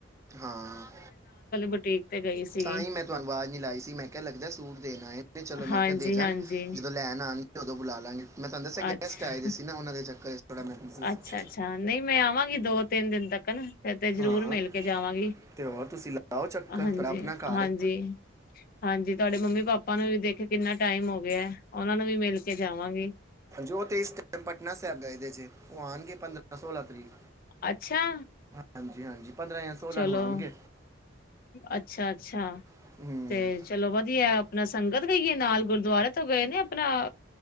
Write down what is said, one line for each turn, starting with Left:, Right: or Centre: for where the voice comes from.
Right: ਹਾਂ
Left: ਬੁਟੀਕ ਤੇ ਗਈ ਸੀਗੀ
Right: ਤਾਂ ਹੀ ਮੈਂ ਤੁਹਾਨੂੰ ਅਵਾਜ਼ ਨੀ ਲਾਈ ਸੀ ਮੈਂ ਕਿਹਾ ਲੱਗਦਾ ਸੂਟ ਦੇਣ ਆਏ ਨੇ ਚਲੋ
Left: ਹਾਂਜੀ
Right: ਮੈਂ ਕਿਹਾ।
Left: ਹਾਂਜੀ
Right: ਜਦੋਂ ਲੈਣ ਆਉਣ। ਉਦੋਂ ਬੁਲਾ ਲਾਂਗੇ। ਮੈਂ ਤੁਹਾਨੂੰ ਦੱਸਿਆ ਗੈਸਟ
Left: ਅੱਛਾ
Right: ਆਏ ਦੇ ਸੀ ਨਾ ਉਹਨਾਂ ਦੇ ਚੱਕਰ ਚ ਥੋੜਾ ਮੈਂ ਬੀਜੀ ਸੀ।
Left: ਅੱਛਾ ਅੱਛਾ ਨਹੀਂ ਮੈਂ ਆਵਾਂਗੀ ਦੋ ਤਿੰਨ ਦਿਨ ਤੱਕ। ਫਿਰ ਤੇ ਜਰੂਰ
Right: ਹਾਂ
Left: ਮਿਲ ਕੇ ਜਾਵਾਂਗੀ।
Right: ਤੇ ਹੋਰ ਤੁਸੀਂ ਲਾਓ ਚੱਕਰ
Left: ਹਾਂਜੀ
Right: ਤੁਹਾਡਾ ਆਪਣਾ ਘਰ
Left: ਹਾਂਜੀ
Right: ਹੈ
Left: ਹਾਂਜੀ। ਤੁਹਾਡੇ ਮੰਮੀ ਪਾਪਾ ਨੂੰ ਵੀ ਦੇਖਿਆ ਕਿੰਨਾ ਟਾਈਮ ਹੋ ਗਿਆ ਉਹਨਾ ਨੂੰ ਵੀ ਮਿਲ ਕੇ ਜਾਵਾਂਗੀ।
Right: ਉਹ ਤੇ ਇਸ ਤੇ ਪਟਨਾ ਸਾਹਿਬ ਗਏ ਦੇ ਕਉਹ ਆਉਣਗੇ ਪੰਦਰਾਂ ਸੋਲਾਂ ਤਰੀਕ।
Left: ਅੱਛਾ
Right: ਹਾਂਜੀ ਹਾਂਜੀ ਜਾਂ
Left: ਚਲੋ
Right: ਨੂੰ ਆਣਗੇ
Left: ਅੱਛਾ ਅੱਛਾ
Right: ਹੂੰ
Left: ਤੇ ਚਲੋ ਵਧੀਆ ਆਪਣਾ ਸੰਗਤ ਗਈ ਏ। ਨਾਲ ਗੁਰਦੁਆਰੇ ਤੋਂ ਗਏ ਨੇ, ਆਪਨਾ